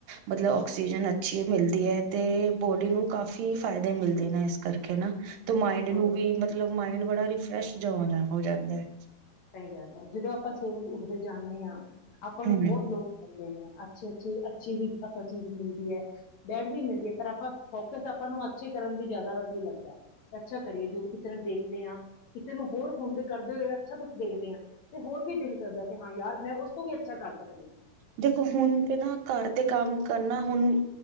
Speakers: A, on the right (about 75°); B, on the left (about 55°).
A: ਮਤਲਬ ਆਕਸੀਜਨ ਅੱਛੀ ਮਿਲਦੀ ਹੈ, ਤੇ ਬੋਡੀ ਨੂੰ ਕਾਫ਼ੀ ਫ਼ਾਇਦੇ ਮਿਲਦੇ ਨੇ ਇਸ ਕਰਕੇ ਨਾ ਤੇ
B: ਬਿਲਕੁਲ
A: ਮਾਇੰਡ ਨੂੰ ਵੀ ਮਤਲਬ ਮਾਇੰਡ ਬੜਾ ਰਿਫਿਰੈਸ਼ ਹੋ ਜਾਂਦਾ ਹੈ
B: ਸਹੀ ਗੱਲ ਹੈ। ਜਦੋਂ ਆਪਾਂ ਸਵੇਰੇ ਉੱਠਦੇ ਜਾਂਦੇ ਹਾਂ ਆਪਾਂ ਨੂੰ
A: ਹਮ
B: ਬਹੁਤ ਲੋਕ ਅੱਛੇ ਅੱਛੇ ਅੱਛੀ ਵੀ ਆਪਾਂ ਚੀਜ਼ ਮਿਲਦੀ ਹੈ। ਬੈਡ ਵੀ ਮਿਲਦੀ ਹੈ ਪਰ ਆਪਾਂ ਫੋਕਸ ਆਪਾਂ ਨੂੰ ਅੱਛੇ ਕਰਨ ਦੀ ਜ਼ਿਆਦਾ ਵਧੀਆ ਲੱਗਦਾ ਅੱਛਾ ਕਰੀਏ ਜੋ ਵੀ ਕਿਸੇ ਨੂੰ ਦੇਖਦੇ ਹਾਂ ਕਿਸੇ ਨੂੰ ਹੋਰ ਹੁੰਦੇ ਕਰਦੇ ਹੋਏ ਅੱਛਾ ਕੁਛ ਦੇਖਦੇ ਹਾਂ, ਤੇ ਹੋਰ ਵੀ ਦਿਲ ਕਰਦਾ ਕਿ ਹਾਂ ਯਾਰ ਮੈਂ ਉਸ ਤੋਂ ਵੀ ਅੱਛਾ ਕਰ ਸਕਾਂ
A: ਦੇਖੋ, ਹੁਣ ਤੇ ਨਾ ਘਰ ਦੇ ਕੰਮ ਕਰਨਾ ਹੁਣ